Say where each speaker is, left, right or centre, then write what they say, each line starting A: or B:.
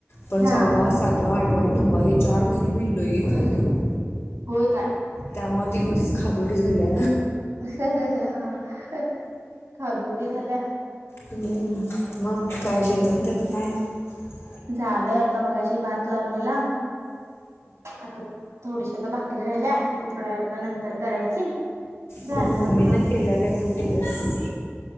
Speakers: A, on the left (about 60°); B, on the right (about 75°).
A: पण
B: हा
A: सहावा सातवा त आठ वा नऊवा हे चार महिने मी लय खाल्ली आहे
B: होय काय
A: त्यामुळे ती पण तीच खादोडी झाल्या
B: हंहंहं हा खादरुटी झाल्या
A: हम मग काय जेवण
B: हम्म
A: तेन काय? <inaudible>
B: झालं आता मगाशी भात लावलेला आता थोडीशी आता भा... करी राल्या ती थोड्या वेळात आता नंतर करायची झालं
A: कोण मम्मीन
B: आमटी
A: केल्या काय तू केल्यास